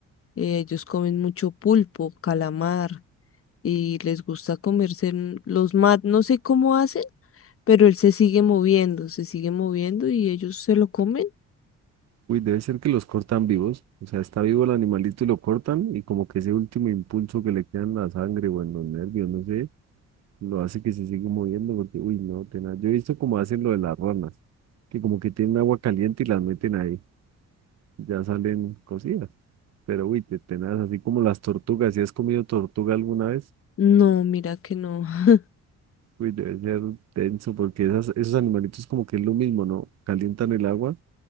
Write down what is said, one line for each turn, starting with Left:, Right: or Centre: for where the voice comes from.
Left: eh, ellos comen mucho pulpo, calamar, y les gusta comerse en- los mat, no sé cómo hacen, pero él se sigue moviendo, se sigue moviendo y ellos se lo comen.
Right: Uy, debe ser que los cortan vivos, o sea, está vivo el animalito y lo cortan y como que ese último impulso que le queda en la sangre o en los nervios, no sé, lo hace que se siga moviendo porque, uy, no, tenaz. Yo he visto como hacen lo de las ranas, que como que tienen agua caliente y las meten ahí, ya salen cocidas, pero uy, te- tenaz, así como las tortugas, ¿si has comido tortuga alguna vez?
Left: No, mira que no, <laughs>
Right: Uy, debe ser denso porque esas, esos animalitos como que es lo mismo, ¿no? Calientan el agua